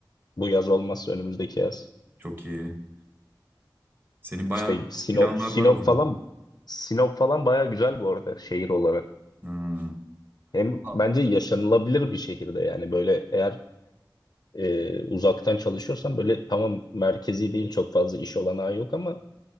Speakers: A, on the left; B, on the right.
A: Bu yaz olmazsa önümüzdeki yaz.
B: Çok iyi. Senin bayağı
A: İşte Sinop,
B: planlar
A: Sinop
B: var o zaman.
A: falan Sinop falan baya güzel bu arada şehir olarak.
B: Hmm.
A: Hem
B: Valla
A: bence yaşanılabilir bir şehirde yani böyle eğer e, uzaktan çalışıyorsan böyle tamam merkezi değil çok fazla iş olanağı yok ama